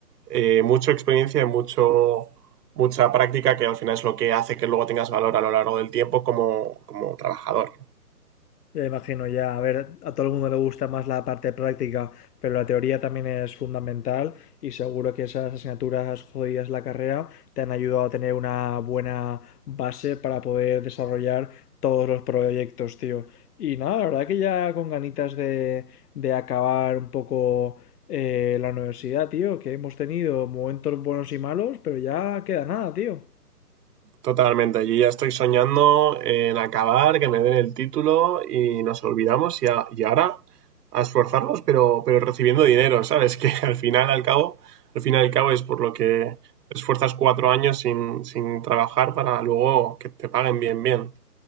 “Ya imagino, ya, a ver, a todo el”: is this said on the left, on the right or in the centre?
Left